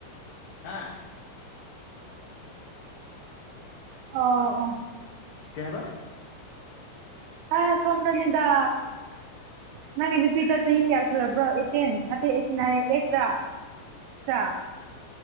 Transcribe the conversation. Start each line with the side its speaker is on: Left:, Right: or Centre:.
Left: ꯍꯥ
Right: ꯑꯣ ꯑꯣ
Left: ꯀꯩ ꯍꯥꯏꯕ
Right: ꯑ ꯁꯣꯝꯗꯅꯤꯗ ꯅꯪ ꯅꯨꯄꯤ ꯘꯣꯆꯍꯤ ꯀꯌꯥ ꯁꯨꯔꯕ꯭ꯔꯣ ꯑꯦꯇꯤꯟ ꯅꯠꯇꯦꯠꯇ꯭ꯔꯠꯇ꯭ꯔꯥ <inaudible>